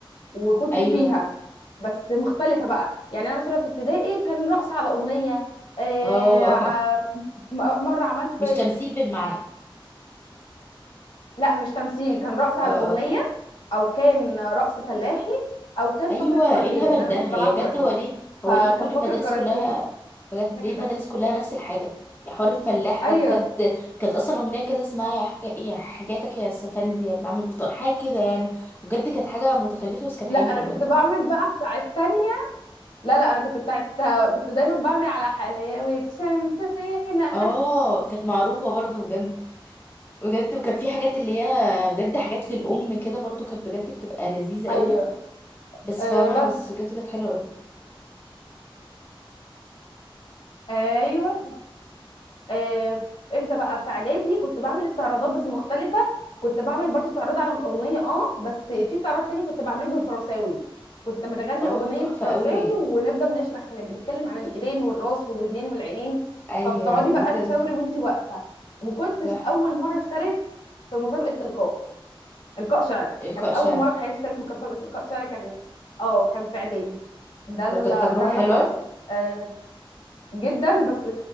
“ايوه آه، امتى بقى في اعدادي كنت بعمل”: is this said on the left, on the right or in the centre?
Left